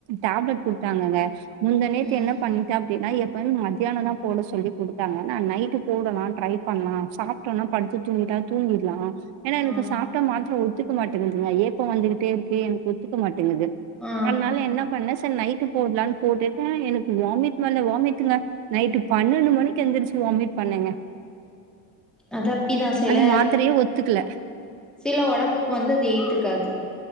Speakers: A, on the right (about 65°); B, in the centre.
A: டேப்லெட் குடு குடுத்தாங்கங்க முந்தா நேத்து
B: ம்
A: என்ன பண்ணிட்டே அப்டின்னா எப்பயு மத்தியான தா போட சொல்லி குடு குடுத்தாங்கங்க நைட்டு போடலா ட்ரை பண்ணலா சாப்ட்டோம்ன்னா படுத்து தூங்கிட்டா தூங்கிருலா ஏன்னா எனக்கு
B: ஆ
A: சாப்ட்டா மாத்திர ஒத்துக்க மாட்டேங்குதுங்க ஏப்பம் வந்துகிட்டே இருக்கு எனக்கு ஒத்துக்கமாட்டுங்குது
B: ஆ
A: அதனால என்ன பண்ண சேரி நைட்டு போடலனு போட்டுட்டே எனக்கு வாமிட் மேல வாமிட்டுங்க நைட்டு பன்னெண்டு மணி எந்திரிச்சு வாமிட் பண்ணேங்க
B: அது அப்டிதா சில
A: அந்த மாத்திரையே ஒத்துக்கல
B: சில ஒடம்புக்கு வந்து அது ஏத்துக்காது